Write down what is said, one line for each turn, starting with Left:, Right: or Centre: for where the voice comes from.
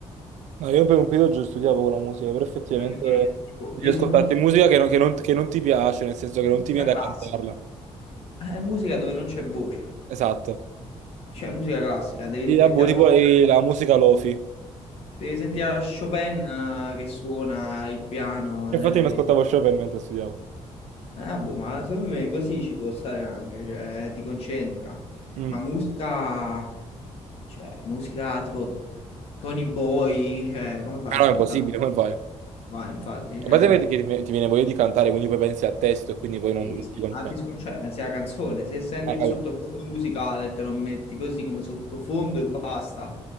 Right: No, io per un periodo già studiavo con la musica, però effettivamente
Left: Eh, mi dovrei mettere, tipo,
Right: devi
Left: io
Right: ascoltarti
Left: secondo
Right: musica che non, che non- che non ti piace, nel senso che non
Left: musica
Right: ti viene
Left: classica.
Right: da cantarla.
Left: È musica dove non c'è voce,
Right: Esatto.
Left: cioè musica classica, devi
Right: E,
Left: sentirti
Right: ah, boh,
Left: a
Right: tipo
Left: Mozart,
Right: eh, la musica lofi.
Left: ti devi sentire a Chopin eh, che suona il piano
Right: Infatti
Left: nelle orecchie.
Right: mi ascoltavo Chopin mentre studiavo.
Left: Ah, boh, ma secondo me così ci può stare anche, cioè ti concentra.
Right: Mm.
Left: Ma musica, cioè musica tipo Tony Boy, cioè come fai
Right: Però
Left: ad ascoltare?
Right: è impossibile, come fai? A
Left: Vai, infatti, cioè,
Right: parte che ti, che ti viene voglia di cantare, quindi poi pensi al testo e quindi poi non
Left: sì, sì,
Right: ti concentri.
Left: ma ti sconcentra, pensi alla canzone, se senti
Right: Ah,
Left: il
Right: capito?
Left: sottofondo musicale e te lo metti così come sottofondo e basta,